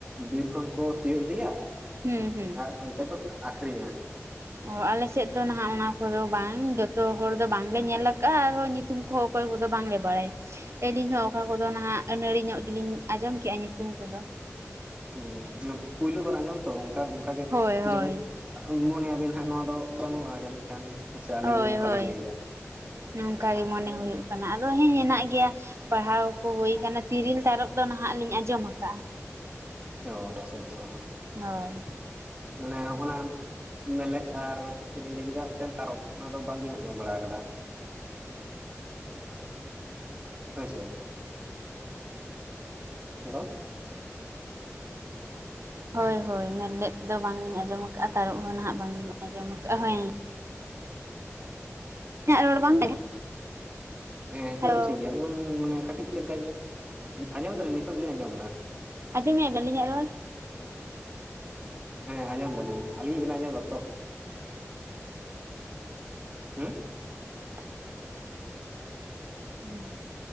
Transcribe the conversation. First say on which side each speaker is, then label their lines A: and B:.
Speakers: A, on the right; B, on the right.
A: ᱵᱤᱨ ᱠᱷᱚᱱ ᱠᱚ ᱛᱤᱭᱳᱜ ᱤᱫᱤᱭᱟ,
B: ᱦᱩᱸ ᱦᱩᱸ
A: ᱟᱨ ᱚᱱᱛᱮ ᱠᱚ ᱟᱸᱠᱷᱨᱤᱧᱟ᱾
B: ᱚ ᱟᱞᱮ ᱥᱮᱫ ᱫᱚ ᱱᱟᱦᱟᱜ ᱚᱱᱟ ᱠᱚᱫᱚ ᱵᱟᱝ ᱡᱚᱛᱚ ᱦᱚᱲ ᱫᱚ ᱵᱟᱝᱞᱮ ᱧᱮᱞ ᱟᱠᱟᱟᱜᱼᱟ ᱟᱨᱦᱚᱸ ᱱᱤ ᱧᱩᱛᱩᱢ ᱠᱚᱦᱚᱸ ᱚᱠᱚᱭ ᱠᱚᱫᱚ ᱵᱟᱝᱞᱮ ᱵᱟᱲᱟᱭᱟ᱾ ᱟᱹᱞᱤᱧ ᱦᱚᱸ ᱚᱠᱟ ᱠᱚᱫᱚ ᱱᱟᱦᱟᱜ ᱟᱹᱱᱟᱹᱲᱤ ᱧᱚᱜ ᱜᱮᱞᱤᱧ ᱟᱸᱡᱚᱢ ᱠᱮᱜᱼᱟ ᱧᱩᱛᱩᱢ ᱠᱚᱫᱚ᱾
A: ᱦᱮᱸ ᱚᱱᱟ ᱯᱩᱭᱞᱩ ᱠᱷᱚᱱᱟᱜ ᱟᱸᱡᱚᱢ ᱛᱚ ᱚᱝᱠᱟ ᱚᱝᱠᱟᱜᱮ
B: ᱦᱳᱭ
A: ᱡᱮᱢᱚᱱ
B: ᱦᱳᱭ
A: ᱢᱚᱱᱮᱭᱟᱵᱤᱱ ᱦᱟᱸᱜ ᱱᱚᱣᱟ ᱫᱚ ᱵᱟᱹᱱᱩᱜᱼᱟ ᱡᱟᱹᱱᱤᱡ ᱠᱷᱟᱱ᱾ ᱦᱮᱸᱥᱮ ᱟᱹᱞᱤᱧ
B: ᱦᱳᱭ
A: ᱚᱱᱠᱟᱞᱤᱧ
B: ᱦᱳᱭ
A: ᱞᱟᱹᱭᱫᱟ
B: ᱱᱚᱝᱠᱟ ᱜᱮ ᱢᱚᱱᱮ ᱦᱩᱭᱩᱜ ᱠᱟᱱᱟ, ᱟᱫᱚ ᱦᱮᱸ ᱦᱮᱱᱟᱜ ᱜᱮᱭᱟ᱾ ᱯᱟᱲᱦᱟᱣ ᱠᱚ ᱦᱳᱭ ᱠᱟᱱᱟ ᱛᱤᱨᱤᱞ ᱛᱟᱨᱚᱵᱽ ᱫᱚ ᱱᱟᱦᱟᱜ ᱞᱤᱧ ᱟᱸᱡᱚᱢ ᱟᱠᱟᱼᱟ᱾
A: ᱚ ᱟᱪᱪᱷᱟ ᱟᱪᱪᱷᱟ᱾
B: ᱦᱳᱭ᱾
A: ᱢᱟᱱᱮ ᱟᱵᱱᱟᱜ ᱢᱮᱞᱮᱫ ᱟᱨ ᱪᱮᱫ ᱤᱧ ᱞᱟᱹᱭ ᱠᱮᱫᱟ ᱢᱤᱫᱴᱮᱱ ᱛᱟᱨᱚᱵᱽ ᱚᱱᱟ ᱫᱚ ᱵᱟᱝᱵᱤᱱ ᱟᱸᱡᱚᱢ ᱵᱟᱲᱟ ᱠᱟᱫᱟ᱾ ᱦᱳᱭ ᱥᱮ᱾ ᱦᱮᱞᱳ,
B: ᱦᱳᱭ ᱦᱳᱭ ᱢᱮᱱᱞᱮᱡ ᱫᱚ ᱵᱟᱝ ᱞᱤᱧ ᱟᱸᱡᱚᱢ ᱠᱟᱜᱼᱟ ᱛᱟᱹᱨᱩᱵᱽ ᱦᱚᱸ ᱱᱟᱦᱟᱜ ᱵᱟᱝ ᱞᱤᱧ ᱟᱸᱡᱚᱢ ᱠᱟᱜᱼᱟ, ᱦᱮᱸ ᱤᱧᱟᱹᱜ ᱨᱚᱲ ᱵᱟᱝ,
A: ᱦᱮᱸ ᱦᱮᱸ ᱦᱤᱛᱳᱫ
B: ᱦᱮᱞᱳ
A: ᱫᱚ ᱴᱷᱤᱠ ᱜᱮᱭᱟ, ᱦᱩᱸ ᱢᱟᱱᱮ ᱠᱟᱹᱴᱤᱡ ᱪᱮᱫ ᱞᱮᱠᱟ ᱟᱸᱡᱚᱢ ᱫᱟᱞᱮᱧ ᱱᱤᱛᱚᱜ ᱫᱚᱞᱤᱮᱧ ᱟᱸᱡᱚᱢ ᱮᱫᱟ,
B: ᱟᱡᱸᱚᱢ ᱢᱮᱭᱟ ᱵᱮᱱ ᱟᱹᱞᱤᱧᱟᱜ ᱨᱚᱲ?
A: ᱦᱮᱸ ᱟᱸᱡᱚᱢ ᱫᱟᱞᱤᱧ ᱟᱹᱞᱤᱧᱟ ᱵᱮᱱ ᱟᱸᱡᱚᱢᱫᱟ ᱛᱚ? ᱦᱮᱸ,
B: <unintelligible> <unintelligible>